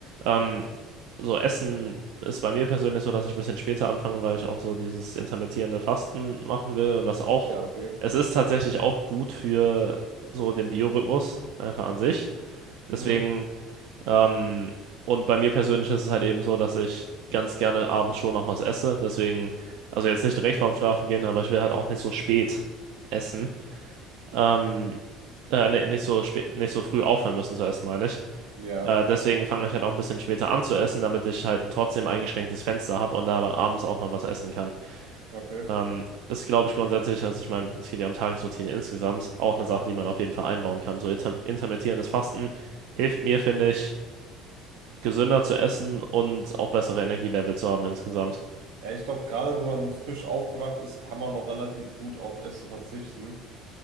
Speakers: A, on the right; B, on the right.
A: Ähm, so Essen ist bei mir persönlich so, dass ich ein bisschen später anfange, weil ich auch so dieses intermittierende Fasten machen will und das auch,
B: Ja, okay.
A: es ist tatsächlich auch gut für so den Biorhythmus einfach an sich. Deswegen.
B: Mhm.
A: Ähm, und bei mir persönlich ist es halt eben so, dass ich ganz gerne abends schon noch was esse. Deswegen, also jetzt nicht direkt vorm Schlafen gehen, aber ich will halt auch nicht so spät essen. Ähm, äh, nee, nicht so spät, nicht so früh aufhören müssen zu essen, meine ich.
B: Ja,
A: Äh, deswegen fange ich halt auch ein bisschen später an zu essen, damit ich halt trotzdem eingeschränktes Fenster habe und da aber abends auch noch was essen kann.
B: okay.
A: Ähm, ist, glaube ich, grundsätzlich, also ich meine, es geht ja um Tagesroutine insgesamt, auch eine Sache, die man auf jeden Fall einbauen kann. So inter intermittierendes Fasten hilft mir, finde ich gesünder zu essen und auch bessere Energielevel zu haben insgesamt.
B: Ja, ich glaube, gerade wenn man frisch aufgewacht ist, kann man noch relativ gut auf Essen verzichten.